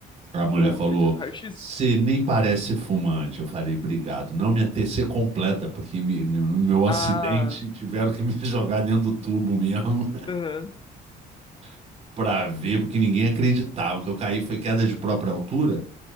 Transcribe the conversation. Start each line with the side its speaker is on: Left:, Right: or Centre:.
Right: A mulher
Left: Ou
Right: falou,
Left: você diz o raio-x?
Right: você nem parece fumante. Eu falei, obrigado. Não, minha TC completa, porque me- no meu acidente
Left: Ah,
Right: tiveram que me <laughs> jogar dentro do tubo mesmo
Left: aham,
Right: <laughs> pra ver, porque ninguém acreditava. O que eu caí foi queda de própria altura,